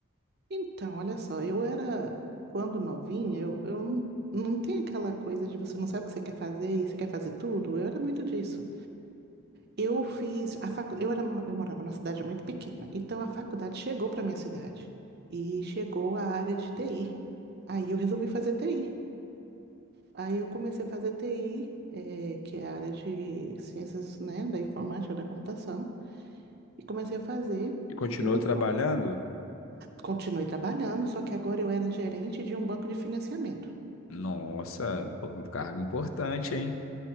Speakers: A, on the right; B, on the left.
A: Então, olha só, eu era, quando novinha, eu, eu não, não tem aquela coisa de você não sabe o que você quer fazer e você quer fazer tudo. Eu era muito disso. Eu fiz a facu... eu era, mo- eu morava numa cidade muito pequena, então a faculdade chegou para minha cidade e chegou a área de TI. Aí eu resolvi fazer TI. Aí eu comecei a fazer TI, eh, que é a área de ciências, né, da informática, da computação. E comecei a fazer.
B: E continuou
A: E nessa-
B: trabalhando?
A: continuei trabalhando, só que agora eu era gerente de um banco de financiamento.
B: Nossa, pô, um cargo importante, hein?